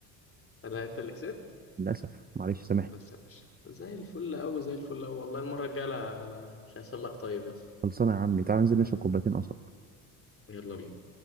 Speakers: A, on the left; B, on the right.
A: قال لها انت اللي كسبت
B: للأسف معلش سامحني
A: بس يا باشا زي الفل قوي زي الفل قوي والله المرة الجاية لا لا مش هيحصل لك طيب يا اسطى
B: خلصانة يا عمي تعال ننزل نشرب كوبايتين قصب
A: يلا بينا